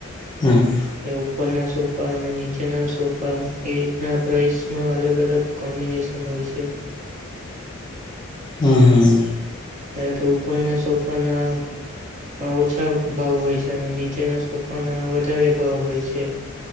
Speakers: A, on the left; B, on the right.
A: હા.
B: એ ઉપરના સોફા અને નીચેના સોફા એ રીતના પ્રાઇસમાં અલગ અલગ કોમ્બિનેશન હોય છે.
A: હમ્મ હમ્મ.
B: કે ઉપરના સોફાના ઓછા ભાવ હોય છે અને નીચેના સોફાના વધારે ભાવ હોય છે.